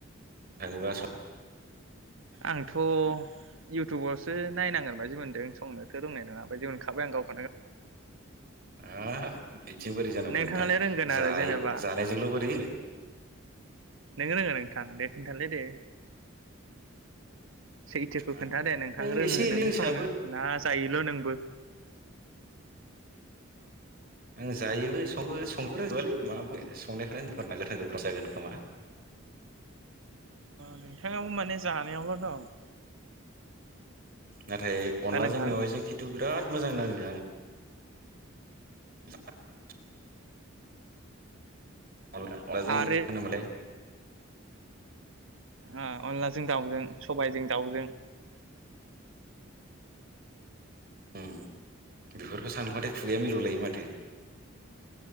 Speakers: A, on the right; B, on the right.
A: थाङोबा
B: आंथ' इउटुबावसो नायनांगोन बादि मोनदों संनोथ' रोंनाय नङा बदिे मोनखाबाय आं गावखौ
A: आहा बिदिजों बोरै जानांगौ
B: नोंथाङालाय
A: नोंथां
B: रोंगोन आरो
A: जायो
B: जेनेबा
A: जानायजोंल' बोरै होनो
B: नों रोङो नोंथां दे खोन्थालै दे सैथोखौ
A: आं
B: खोन्था दे नोंथां
A: ओ
B: रोङो
A: एसे एनै
B: नोङो
A: रोंसाबो
B: संनो ना जायोल' नोंबो
A: आं जायोबो संनो रोंजोबालै माबाफोर संनियि गोथां गोब्राम जागोन खोमा
B: नोंथाङाबो माने जानायावल' दं
A: नाथाय अनलाजों
B: नोंथां
A: मेवाइजों खिथु बिराद मोजां नाङो आं <unintelligible> अनला अनलाजों
B: आरो
A: होनोमोनलाय
B: हा अनलाजों दाउजों सबायजों दाउजों
A: उम बेफोरखौ सानबाथाय खुगाया मिल'लायो माथो